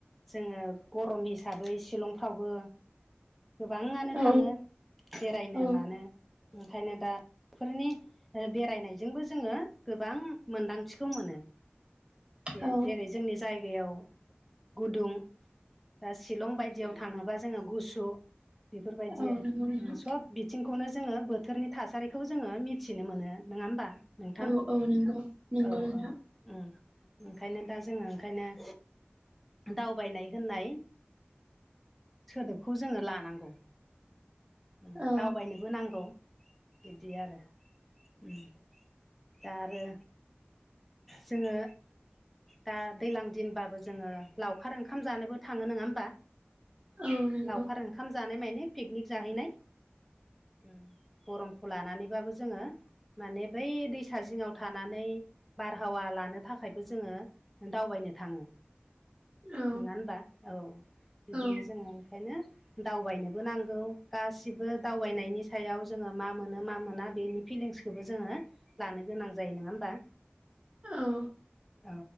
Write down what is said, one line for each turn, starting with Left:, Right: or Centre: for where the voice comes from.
Centre: जोङो गरम हिसाबै शिलंफ्रावबो गोबाङानो
Right: औ
Centre: थाङो बेरायनो
Right: औ
Centre: मानो ओंखायनो दा फोरनि बेरायनायजोंबो जोङो गोबां मोनदांथिखौ मोनो। बे
Right: औ
Centre: जेरै जोंनि जायगायाव गुदुं बा शिलं बायदियाव थाङोबा जोङो गुसु बेफोरबायदि
Right: औ नंगौ नोंथां
Centre: सब बिथिंखौनो जोङो बोथोरनि थासारिखौ जोङो मिथिनो मोनो नोङा होमबा? नोंथां
Right: औ औ नंगौ नंगौ
Centre: औ
Right: नोंथां।
Centre: औ उम ओंखायनो दा जोङो ओंखायनो दावबायनाय होननाय सोदोबखौ जोङो लानांगौ उम
Right: औ
Centre: दावबायनोबो नांगौ। बिदि आरो उम दा आरो जोङो दा दैलां दिनबाबो जोङो लावखार ओंखाम जानोबो थाङो नङा होमबा
Right: औ नंगौ
Centre: लावखार ओं खाम जानाय माने पिकनिक जाहैनाय उम। गरमखौ लानानैबाबो जोंङो माने बै दैसा जि़ङाव थानानै बारहावा लानो थाखायबो जोङो दावबायनो थाङो
Right: औ
Centre: नोंङा होनबा औ बिदिनो
Right: औ
Centre: जोंङो ओंखायनो दावबायनोबो नांगौ गासिबो दावबायनायनि सायाव जोंङो मा मोनो मा मोना बेनि फिलिंसखौबो जोंङो लानो गोनां जायो नोंङा होमबा
Right: औ
Centre: औ